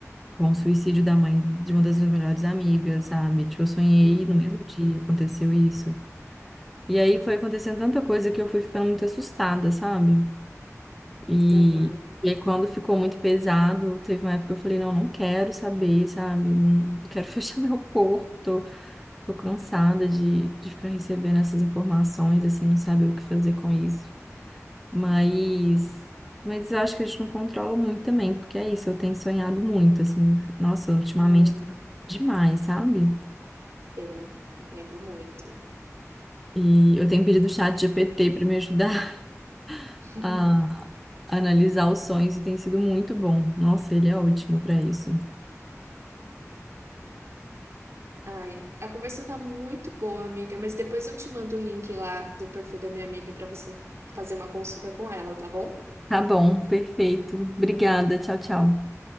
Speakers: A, in the centre; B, on the right.
A: com o suicídio da mãe de uma das minhas melhores amigas, sabe? Tipo, eu sonhei
B: uhum,
A: no mesmo dia, aconteceu isso. E aí foi acontecendo tanta coisa que eu fui ficando muito assustada, sabe? E,
B: uhum,
A: e aí quando ficou muito pesado, teve uma época que eu falei, não, não quero saber, sabe? Não quero <laughs> fechar meu corpo, tô, tô cansada de, de ficar recebendo essas informações, assim, não saber o que fazer com isso. Mas, mas eu acho que a gente não controla muito também, porque é isso, eu tenho sonhado muito, assim, nossa, ultimamente
B: hum,
A: tá demais, sabe?
B: sei. Entendo muito.
A: E eu tenho pedido o chat GPT para me ajudar <laughs>
B: <laughs>
A: a analisar os sonhos e tem sido muito bom. Nossa, ele é ótimo para isso.
B: Ai, a conversa tá muito boa, amiga, mas depois eu te mando o link lá do perfil da minha amiga pra você fazer uma consulta com ela, tá bom?
A: Tá bom, perfeito. Obrigada, tchau, tchau.